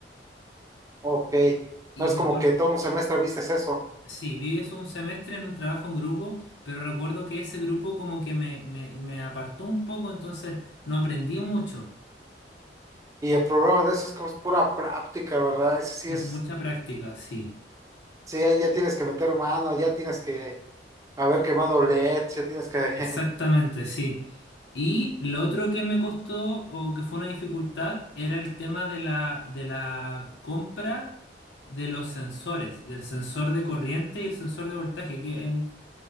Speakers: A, on the right (about 20°); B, on the left (about 85°).
A: Ok,
B: Y
A: no es
B: me
A: como
B: acuerdo,
A: que todo un semestre vistes eso.
B: sí, vi eso un semestre en un trabajo en grupo, pero recuerdo que ese grupo como que me, me, me apartó un poco, entonces no aprendí mucho.
A: Y el problema de eso es que es pura práctica, ¿verdad? Ese sí
B: Es
A: es,
B: mucha práctica, sí.
A: sí, ahí ya tienes que meter mano, ya tienes que haber quemado LEDs, ya tienes que...
B: Exactamente,
A: <laughs>
B: sí. Y lo otro que me costó o que fue una dificultad era el tema de la, de la compra de los sensores, del sensor de corriente y el sensor de voltaje, que en,